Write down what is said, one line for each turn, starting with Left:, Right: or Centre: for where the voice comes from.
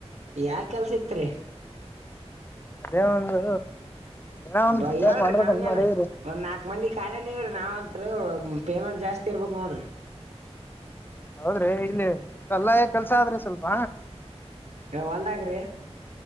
Right: ಯಾ ಕೆಲ್ಸ ಇತ್ರಿ.
Left: ಅದೇ ಒಂದು ಏನೋ ಒಂದ್
Right: ಬ
Left: ಬಿಸ್ನೆಸ್
Right: ಹೇಳ್ರಿ
Left: ಮಾಡ್ಬೇಕಂತ
Right: ನಮ್ಗೇನ್
Left: ಮಾಡೀವ್ರಿ
Right: ಒಂದ್ ನಾಕ್ ಮಂದಿ ಕಾಲಿನೆವ್ರೀ ನಾವಂತ್ರೂ ಪೇಮೆಂಟ್ ಜಾಸ್ತಿ ಇರ್ಬೇಕ್ ನೋಡ್ರಿ.
Left: ಹೌದ್ರೆ ಇಲ್ಲಿ ಕಲ್ಲಾಗ ಕೆಲ್ಸ ಆದ್ರಿ ಸ್ವಲ್ಪ
Right: ಏ ಹೊಲ್ದಗ್ರಿ